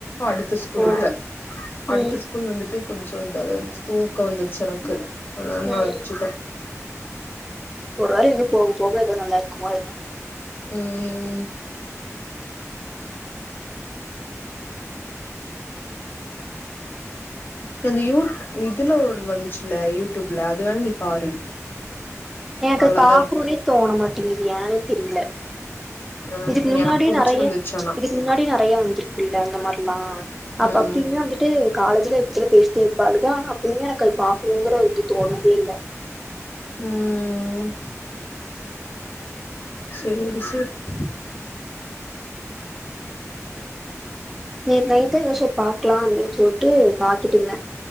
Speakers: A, on the left; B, in the centre.
A: அடுத்த ஸ்கூலுட
B: ஓ
A: அடுத்த
B: ம்
A: ஸ்கூல் வந்துட்டு கொஞ்சம் இததான் இருந்துச்சு க்கம் வந்துருச்சு எனக்கு அத
B: ம்
A: ந வச்சுிட்டேன்
B: ஒரு வாரம் எம் போக போக ஏதோ நல்லா இருக்குமோ
A: உஹம் உம் அந்த யூ இதுல ஒ வந்துச்சுல்ல யூடியூப்ல வேணா நீ பாரு
B: எனக்கு
A: நல்லாதா
B: பாார்கணும்னே
A: இருக்கு
B: தோணமாட்டுது யானே தெரியல
A: ஆ
B: இதுக்கு முன்னாடி
A: எனக்கு புடிச்சிருந்துச்சு
B: நெறைய
A: ஆனா
B: இதுக்கு முன்னாடி நெறைய வந்திருக்கு இல்ல அந்த மாதிரல்லாம் அப்ப
A: ம்
B: அப்பயுமே வந்துட்டு காலேஜல <unintelligible> சேப்பாங்க ஆனா அப்ப எனக்கு பாக்கனும்றது தோணதே இல்ல <unintelligible>
A: உம் செரிசெ ரி
B: நேத்து நைட்டு யோசிச்சு பாக்கலாம் அப்படின்னு சொல்லிட்டு பாத்துட்டு இருந்தேன்